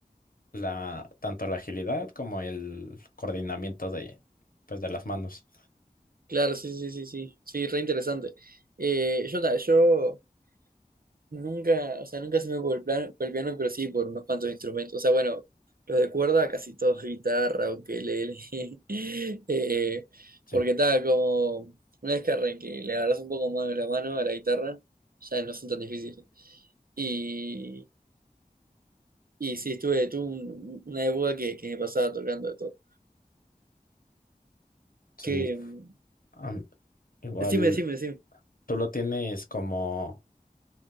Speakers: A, on the left; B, on the right.
A: la, tanto la agilidad como el coordinamiento de, pues de las manos.
B: Claro, sí, sí, sí, sí. Sí, re interesante. Eh, yo, ta- yo Nunca, o sea, nunca se me por el plan- por el piano, pero sí por unos cuantos instrumentos. O sea, bueno, los de cuerda casi todos guitarra, ukelele. <laughs> eh,
A: Sí,
B: porque tal, como una vez que, arran- le agarras un poco más de la mano a la guitarra, ya no son tan difíciles. Y, y sí, estuve, tuve un- una época que, que me pasaba tocando de todo.
A: sí.
B: Que, mm,
A: Am, igual.
B: decime, decime, decime.
A: ¿Tú lo tienes como,